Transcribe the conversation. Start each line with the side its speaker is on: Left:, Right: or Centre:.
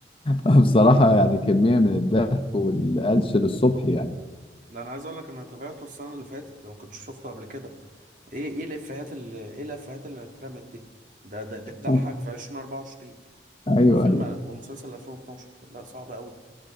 Left: آه، بصراحه يعني كميه من الضحك والقلش للصبح يعني
Right: ده انا عايز اقول لك إن انا تابعته السنة اللي فاتت ما كنتش شفته قبل كده ايه ايه الافيهات اللي ايه الافيهات اللي اترمت دي ده ده بتضحك
Left: <laughs>
Right: في 2024
Left: ايوه
Right: والفيلم والمسلسل 2012 لا صعب قوي